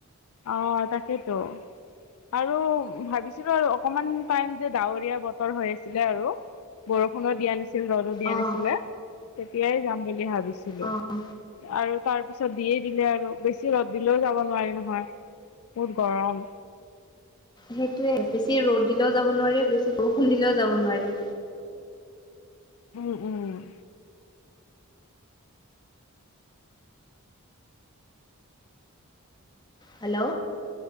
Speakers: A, on the left; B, on the left.
A: অ', তাকেইতো। আৰু, ভাবিছিলো আৰু অকমান টাইম যে ডাৱৰীয়া বতৰ হৈ আছিলে আৰু। বৰষুণো দিয়া নাছিল ৰ'দো দিয়া
B: অ',
A: নাছিলে, তেতিয়াই যাম বুলি ভাবিছিলো।
B: অ',
A: আৰু তাৰ পিছত দিয়েই দিলে আৰু, বেছি ৰ'দ দিলেও যাব নোৱাৰি নহয়। বহুত গৰম।
B: সেইটোয়ে, বেছি ৰ'দ দিলেও যাব নোৱাৰি, বেছি বৰষুণ দিলেও যাব নোৱাৰি।
A: উম', উম'।
B: হেল্ল'।,